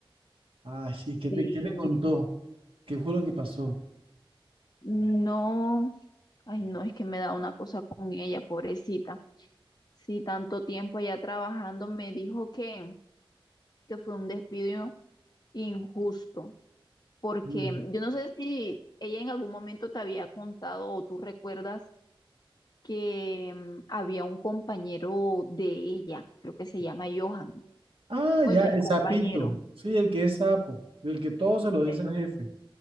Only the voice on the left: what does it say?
sí,
No, ay no, es que me da una cosa con ella, pobrecita. Sí, tanto tiempo allá trabajando, me dijo que, que fue un despido injusto, porque
yo no sé si ella en algún momento te había contado o tú recuerdas que mm, había un compañero de ella, creo que se llama Johan.
Bueno,
es
compañero,
e-